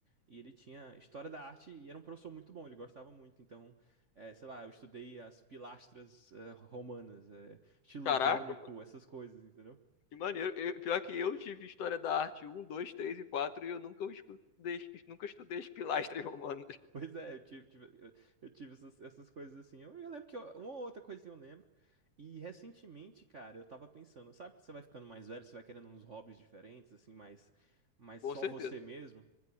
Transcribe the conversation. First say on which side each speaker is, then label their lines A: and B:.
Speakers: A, on the right (about 40°); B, on the left (about 60°).
A: E ele tinha história da arte e era um professor muito bom, ele gostava muito. Então, eh, sei lá, eu estudei as pilastras eh, romanas, eh, estilo
B: Caraca,
A: jônico,
B: mano,
A: essas coisas, entendeu?
B: que maneiro. Eu- pior que eu tive história da arte um, 2, 3 e 4 e eu nunca os estudei, nunca estudei as pilastras romanas. <laughs>
A: Pois é, eu tive, tive- eu, eu tive essas, essas coisas assim. Eu, eu lembro que eu- uma ou outra coisinha eu lembro. E recentemente, cara, eu tava pensando, sabe que você vai ficando mais velho, você vai querendo uns hobbies diferentes, assim, mais, mais
B: Com
A: só
B: certeza.
A: você mesmo?